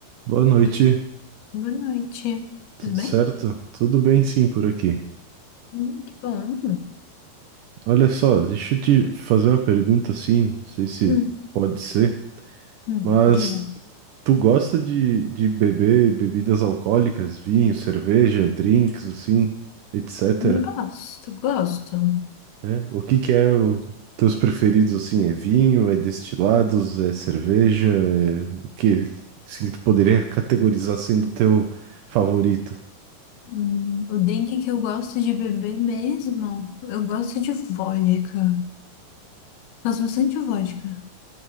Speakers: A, on the right; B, on the left.
A: Boa noite,
B: Oi, boa noite.
A: tudo
B: Tudo bem?
A: certo? Tudo bem, sim, por aqui.
B: Hum, que bom.
A: Olha só, deixa eu te fazer uma pergunta assim, não sei se
B: Hum,
A: pode ser,
B: hum,
A: mas
B: diga.
A: tu gosta de, de beber bebidas alcoólicas, vinho, cerveja, drinks, assim, etcétera
B: Hum, Gosto, gosto.
A: né? O que que é o teus preferidos, assim, é vinho, é destilados, é cerveja, é o que, assim, que tu poderia categorizar sendo teu favorito?
B: Hum, o drink que eu gosto de beber mesmo, eu gosto de vodka. Gosto bastante de vodka.